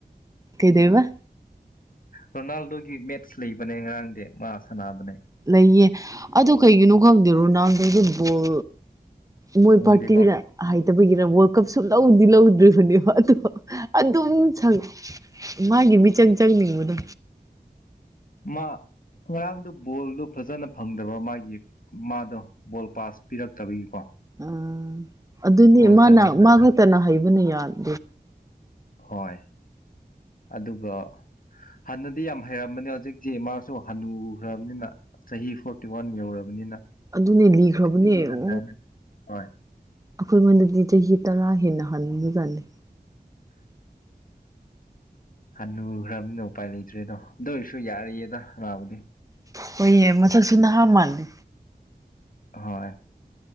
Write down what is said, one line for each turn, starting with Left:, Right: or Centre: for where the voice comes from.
Right: ꯀꯩꯗꯩꯕ
Left: ꯔꯣꯅꯥꯜꯗꯣꯒꯤ ꯃꯦꯠꯁ ꯂꯩꯕꯅꯦ ꯉꯔꯥꯡꯗꯤ ꯃꯥ ꯁꯥꯟꯅꯕꯅꯦ
Right: ꯂꯩꯌꯦ ꯑꯗꯨ ꯀꯩꯒꯤꯅꯣ ꯈꯪꯗꯦ ꯔꯣꯅꯥꯜꯗꯣꯗꯨ ꯕꯣꯜ ꯃꯣꯏ
Left: ꯈꯪꯗꯦꯀꯣ
Right: ꯄꯔꯇꯤ ꯍꯥꯏ ꯅꯠꯇꯕꯒꯤꯔ ꯋꯥꯔꯜ ꯀꯞ ꯁꯨ ꯂꯧꯗꯤ ꯂꯧꯗ꯭ꯔꯤꯕꯅꯦꯕ ꯑꯗꯣ ꯑꯗꯨꯝ ꯁꯪ ꯃꯥꯒꯤ ꯃꯤꯆꯪ ꯆꯪꯅꯤꯡꯕꯗꯣ
Left: ꯃꯥ ꯉꯔꯥꯡꯗꯨ ꯕꯣꯜꯗꯣ ꯐꯖꯅ ꯐꯪꯗꯕ ꯃꯥꯒꯤ ꯃꯥꯗꯣ ꯕꯣꯜ ꯄꯥꯁ ꯄꯤꯔꯛꯇꯕꯒꯤꯀꯣ
Right: ꯎꯝ ꯑꯗꯨꯅꯤ
Left: ꯒꯣꯜ
Right: ꯃꯥꯅ
Left: ꯆꯟꯅꯤꯡꯗ
Right: ꯃꯥ ꯈꯛꯇꯅ ꯍꯩꯕꯅ ꯌꯥ <inaudible>
Left: ꯍꯣꯏ ꯑꯗꯨꯒ ꯍꯥꯟꯅꯗꯤ ꯌꯥꯝ ꯍꯩꯔꯝꯕꯅꯤ ꯍꯧꯖꯤꯛꯇꯤ ꯏꯃꯥꯁꯨ ꯍꯅꯨꯈ꯭ꯔꯕꯅꯤꯅ ꯆꯍꯤ ꯐꯣꯔꯇꯤ ꯋꯥꯟ ꯌꯧꯔꯕꯅꯤꯅ
Right: ꯑꯗꯨꯅꯦ ꯂꯤꯈ꯭ꯔꯕꯅꯦ
Left: ꯈꯤꯇꯪꯗꯤ ꯍꯟꯊꯔꯅꯤ
Right: ꯎ
Left: ꯍꯣꯏ
Right: ꯑꯩꯈꯣꯏ ꯃꯣꯟꯗꯗꯤ ꯆꯍꯤ ꯇꯔꯥ ꯍꯦꯟꯅ ꯍꯟꯕꯖꯠꯅꯦ
Left: ꯍꯟꯅꯨꯈ꯭ꯔꯕꯅꯤꯅ ꯎꯄꯥꯏ ꯂꯩꯇ꯭ꯔꯦꯗꯣ ꯑꯗꯨ ꯑꯣꯏꯔꯁꯨ ꯌꯥꯔꯤꯌꯦꯗ ꯁꯟꯅꯕꯗꯤ
Right: ꯍꯣꯏꯌꯦ ꯃꯁꯛꯁꯨ ꯅꯍꯥ ꯃꯥꯥꯜꯂꯤ
Left: ꯍꯣꯏ